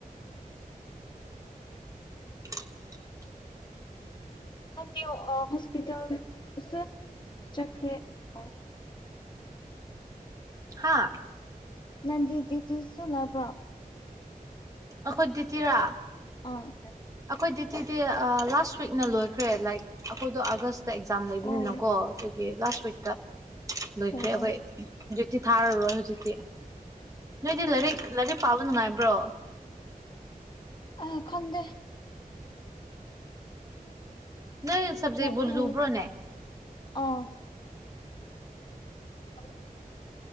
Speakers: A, on the right; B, on the left.
A: <inaudible>
B: <unintelligible> ꯍꯣꯁꯄꯤꯇꯥꯜꯁ ꯆꯠꯈ꯭ꯔꯦ ꯀ
A: ꯍꯥꯥ
B: ꯅꯇꯁꯨꯣ ꯅ ꯄꯨ꯭ꯔꯣ
A: ꯑꯩꯈꯣꯏ ꯗꯤꯇꯤꯔꯥ
B: ꯑꯥ
A: ꯑꯩꯈꯣꯏ ꯗꯤꯇꯤꯗꯤ ꯂꯥꯁ ꯋꯤꯛꯅ ꯂꯣꯏꯈ꯭ꯔꯦ ꯂꯥꯏꯛ ꯑꯩꯈꯣꯏꯗꯣ ꯑꯥꯒꯁ ꯑꯦꯛꯖꯥꯝ ꯂꯩꯕꯅꯤꯅꯀꯣ
B: ꯑꯣ
A: ꯑꯗꯨꯒꯤ ꯂꯥꯁ ꯋꯤꯛꯇ
B: ꯑꯣ
A: ꯂꯣꯏꯈ꯭ꯔꯦ ꯑꯩꯈꯣꯏ
B: ꯑꯣ
A: ꯍꯧꯖꯤꯛꯇꯤ ꯊꯥꯔꯔꯣꯏ ꯍꯧꯖꯤꯛꯇꯤ ꯅꯣꯏꯗꯤ ꯂꯥꯏꯔꯤꯛ ꯂꯥꯏꯔꯤꯛ ꯄꯥꯕ ꯅꯨꯡꯉꯥꯏꯕ꯭ꯔꯣ
B: ꯑ ꯈꯟꯗꯦ
A: ꯅꯣꯏ ꯁꯕꯖꯦꯛꯕꯨ
B: ꯃꯠꯇꯦ
A: ꯂꯨꯕ꯭ꯔꯣꯅꯦ
B: ꯑꯥ <unintelligible>